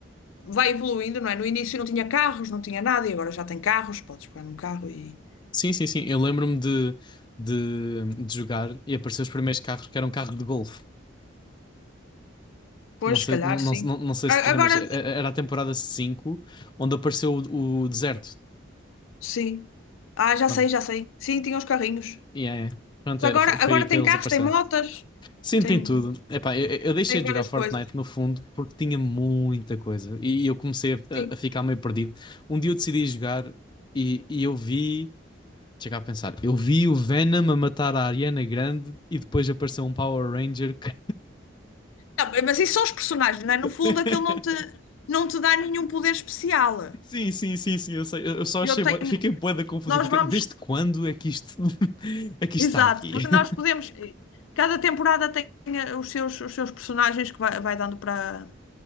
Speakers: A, on the left (about 85°); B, on the left (about 25°).
A: Vai evoluindo, não é? No início não tinha carros, não tinha nada, e agora já tem carros, podes pegar num carro e.
B: Sim, sim, sim. Eu lembro-me de, de, de jogar e apareceu os primeiros carros que eram carros de golfe.
A: Pois,
B: Não sei,
A: se calhar,
B: não, não,
A: sim.
B: não, não sei
A: A-
B: se te lembras.
A: Agora,
B: Era era a temporada 5 onde apareceu o, o deserto.
A: sim. Ah, já
B: Pronto,
A: sei, já sei. Sim, tinha os carrinhos.
B: Yeah, yeah. Pronto,
A: Mas
B: é,
A: agora,
B: fo- foi
A: agora
B: aí que
A: tem
B: eles
A: carros,
B: apareceram.
A: tem motas,
B: Sim,
A: tem,
B: tem tudo. Epá, eu, eu deixei
A: tem
B: de
A: várias
B: jogar Fortnite
A: coisas.
B: no fundo porque tinha muita coisa e eu comecei a,
A: Sim.
B: a ficar meio perdido. Um dia eu decidi jogar e, e eu vi. Chega a pensar, eu vi o Venom a matar a Ariana Grande e depois apareceu um Power Ranger que...
A: Não, mas isso são os personagens,
B: <laughs>
A: não é? No fundo, aquilo não te, não te dá nenhum poder especial.
B: Sim, sim, sim, sim, eu sei. Eu eu só
A: Eu
B: achei.
A: tenho.
B: bué- Fiquei bué da confusão.
A: Nós
B: Fiquei...
A: vamos.
B: Desde quando é que isto. <laughs> é que isto
A: Exato,
B: está aqui?
A: porque
B: <laughs>
A: nós podemos. Cada temporada tem eh, os seus, os seus personagens que vai, vai dando para